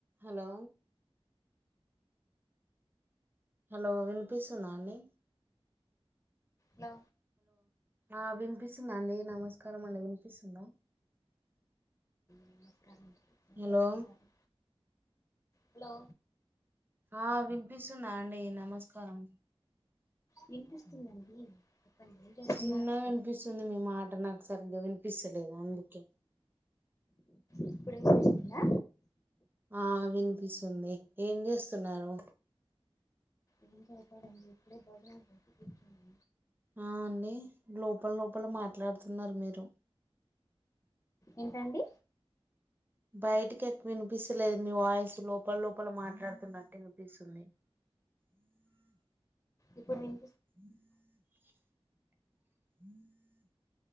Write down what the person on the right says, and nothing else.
Hello hello వినిపిస్తుందా అండి
ఆ వినిపిస్తుందా అండి నమస్కారం అండి వినిపిస్తుందా
హలో
ఆ వినిపిస్తుందా అండి నమస్కారం
చిన్నగా వినిపిస్తుంది మీ మాట నాకు సరిగ్గా వినిపిస్తలేదు అందుకే
ఆ వినిపిస్తుంది ఏం చేస్తున్నారు
ఆ అండి లోపల లోపల మాట్లాడుతున్నారు మీరు
బయటకి ఎక్కువ వినిపిస్తలేదు మీ వాయిస్ లోపల లోపల మాట్లాడుతున్నట్టు వినిపిస్తుంది హ
హ